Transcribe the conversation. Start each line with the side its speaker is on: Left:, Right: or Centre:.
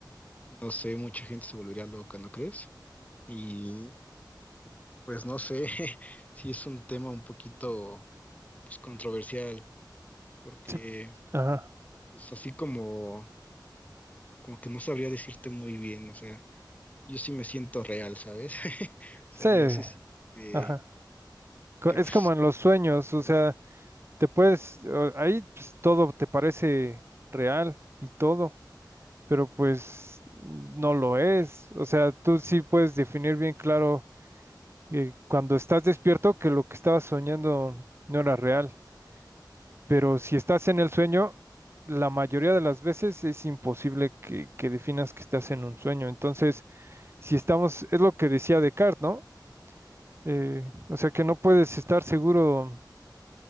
Left: No sé, mucha gente se volvería loca, ¿no crees? Y pues no sé <laughs> si es un tema un poquito pues controversial, porque
Right: Sí, ajá.
Left: pues así como como que no sabría decirte muy bien, o sea, yo sí me siento real, ¿sabes? <laughs> O sea,
Right: Sí,
Left: yo sí, sí eh,
Right: ajá. Co-
Left: que
Right: Es
Left: pues
Right: como en los sueños, o sea, te puedes, o- ahí pues, todo te parece real y todo, pero pues no lo es. O sea, tú sí puedes definir bien claro eh, cuando estás despierto que lo que estabas soñando no era real. Pero si estás en el sueño, la mayoría de las veces es imposible que, que definas que estás en un sueño. Entonces, si estamos, es lo que decía Descartes, ¿no? Eh, o sea que no puedes estar seguro